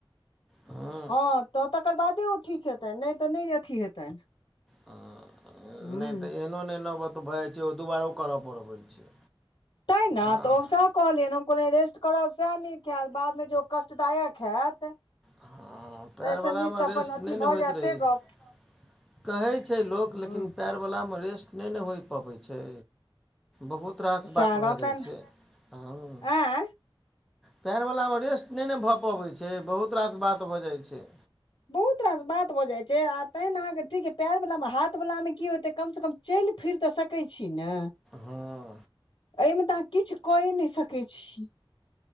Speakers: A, in the centre; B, on the left.
A: <unintelligible> ह
B: हँ, तऽ तकर बादे ओ ठीक हेतनि, नहि तऽ नहि अथी हेतनि।
A: हँ
B: हूँ
A: नैय तऽ एहनो नैय न भत-भऽ जाइ छै, ओ दुबारो करय पड़बै छै।
B: तैं न,
A: हँ
B: तऽ ओ साप कहलियैन हम कहलियै रेस्ट करब सैह नीक हैत, बाद मे जे ओ कष्टदायक हैत
A: हँ, पैऽर
B: एहिसँ
A: वला
B: नीक
A: मे
B: तऽ अपन
A: रेस्ट
B: अथी
A: नैय ने
B: भऽ
A: होइत
B: जाय
A: रहै
B: से गप
A: छै। कहै छै लोक,
B: हँ
A: लेकिन पैऽर वला में रेस्ट नैय न होय पबै छै। बहुत रास
B: सएह
A: बात भऽ
B: रहतनि
A: जाइ छै, हं।
B: आँय
A: पैऽर वला में रेस्ट नैय न भऽ पबै छै, बहुत रास बात भऽ जाइ छै।
B: बहुत रास बात भऽ जाइ छै, आ तैं ना अहाँके ठीके, पैऽर वला में, हाथ वला मे की होतै कम सँ कम चैल फिर तऽ सकै छी ने?
A: हँ
B: अई में तऽ अहाँ किछ कऐ नैय सकै छी।